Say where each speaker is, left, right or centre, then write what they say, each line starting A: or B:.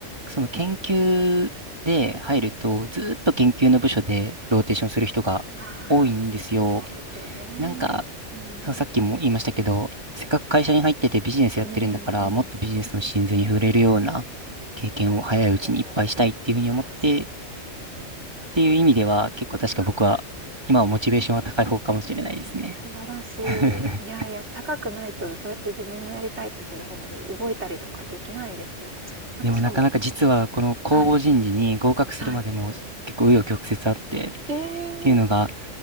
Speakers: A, on the right (about 20°); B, on the right (about 60°).
A: その研究で入ると、ずーっと研究の部署でローテーションする人が多いんですよ。
B: ああ、そうですよね。
A: なんか、
B: うん。
A: そのさっきも言いましたけど、せっかく会社に入っててビジネスやってるんだから、
B: うんうん。
A: もっとビジネスの真髄に触れるような経験を早いうちにいっぱいしたいっていうふうに思って、
B: おー素晴らしい
A: っていう意味では、結構確か僕は、
B: はい。
A: 今はモチベーションは高い方かもしれないですね。
B: 素晴らしい。
A: <laughs>
B: いやいや、高くないとそうやって自分のやりたいことの方に動いたりとかできないですよ。なんかしかも
A: でもなかなか実はこの公募人事に合格するまでも結構紆余曲折あって、
B: はい、はい。
A: っ
B: え
A: ていうのが
B: え。